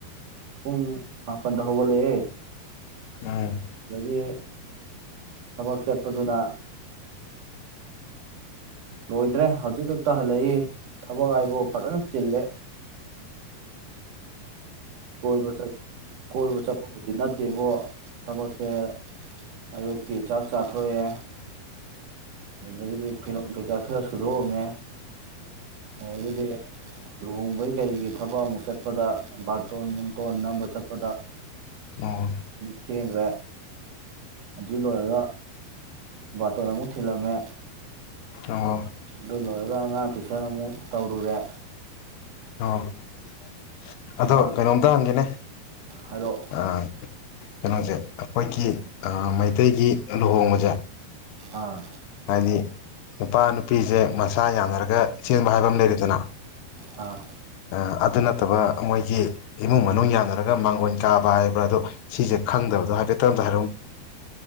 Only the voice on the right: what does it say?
ꯄꯨꯡ ꯃꯥꯄꯜꯗ ꯍꯧꯒꯠꯂꯛꯑꯦ
ꯑꯗꯒꯤ ꯊꯕꯛ ꯆꯠꯄꯗꯨꯅ ꯂꯣꯏꯗ꯭ꯔꯦ ꯍꯧꯖꯤꯛ ꯈꯛꯇ ꯍꯜꯂꯛꯏ ꯊꯕꯛ ꯍꯥꯏꯕꯨ ꯐꯖꯅ ꯆꯤꯜꯂꯦ ꯀꯣꯏꯕ ꯆꯠ ꯀꯣꯏꯕ ꯆꯠꯄꯥꯕꯨꯗꯤ ꯅꯠ ꯅꯠꯇꯦꯕꯨ ꯊꯕꯛꯁꯦ ꯑꯌꯨꯛꯀꯤ ꯆꯥꯛ ꯆꯥꯊꯣꯛꯑꯦ ꯑꯗꯨꯗꯒꯤꯗꯤ ꯐꯤꯔꯣꯝ ꯀꯩꯀꯥ ꯈꯔ ꯁꯨꯗꯣꯛꯑꯝꯃꯦ ꯑꯗꯥꯒꯤꯗꯤ ꯂꯨꯍꯣꯡꯕꯒꯤ ꯀꯔꯤꯒꯤ ꯊꯕꯛ ꯑꯃꯨꯛ ꯆꯠꯄꯗ ꯕꯥꯠ ꯇꯣꯟ ꯅꯨꯡꯇꯣꯟ ꯅꯝꯕ ꯆꯠꯄꯗ
ꯊꯦꯡꯒ꯭ꯌꯦ ꯑꯥꯗꯨ ꯂꫭꯏꯔꯒꯥ ꯕꯥꯇꫭꯟ ꯑꯃꯨꯛ ꯊꯤꯜꯂꯝꯃꯦ
ꯑꯗꯨ ꯂꯣꯏꯔꯒ ꯑꯉꯥꯡ ꯇꯨꯏꯁꯟ ꯑꯃꯨꯛ ꯇꯧꯔꯨꯔꯦ
ꯑꯉꯥꯡ
ꯍꯥꯏꯔꯛꯑꯣ
ꯑꯥ
ꯑꯥ